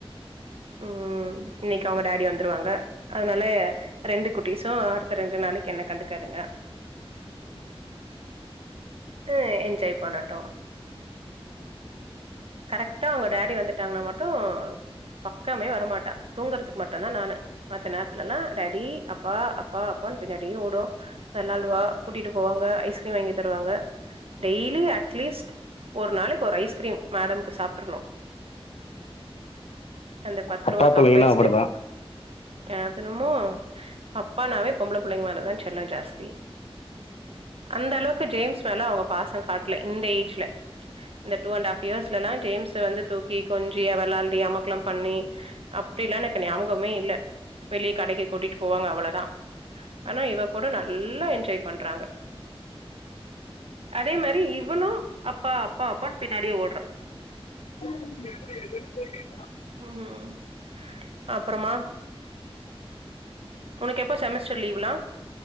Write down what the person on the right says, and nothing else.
ம் இன்னைக்கி அவங்க டேடி வந்துருவாங்க அதனால ரெண்டு குட்டிஸு அடுத்த ரெண்டு நாளை என்ன கண்டுக்காதுங்க ட்டு என்ஜாய் பண்ணட்டும் கரக்டா அவங்க டேடி வந்துட்டாங்கனா மட்டு பக்கமே வரமாட்டா தூங்கறதுக்கு மட்டுதா நானு மத்த நேரத்துல ல்லா டேடி அப்பா அப்பா அப்பான் பின்னாடி ஓடும் வெள்ளாடுவா கூட்டிட்டு போவாங்க ஐஸ்கிரீம் வாங்கி தருவாங்க டெய்லி அட்லீஸ்ட் ஒரு நாளைக்கு ஒரு ஐஸ்கிரீம் மேடம்க்கு சாப்ட்ற்னும் அந்த பத்து
ரூவா கப்
ஐஸ்கிரீம்
கேத்தனுமோ அப்பா நாவே பொம்பள பிள்ளைங்க மேல தான் செல்லம் ஜாஸ் த்தி அந்த அளவுக்கு ஜேம்ஸ் மேல அவங்க பாசம் காட்ல இந்த எ சுல இந்த டூ அண்ட் ஹாஃப் இயர்ஸ்ல எல்லா ஜேம்ஸ்ஸ வந்து தூக்கி கொஞ்சி, வெளாள்டி, அமக்கலம் பண்ணி அப்டிலா எனக்கு ஞாபகமே இல்ல வெளியே கடைக்கு கூட்டிட்டு போவாங்க அவ்வளதா ஆனா இவ கூட நல்லா என் ஜாய் பண்றாங்க அதே மாரி இவனு அப்பா அப்பா அப்பான் பின்னாடியே ஓட்றா
ம் அப்புறமா உனக்கு எப்போ செமஸ்டர் லீவுல்லா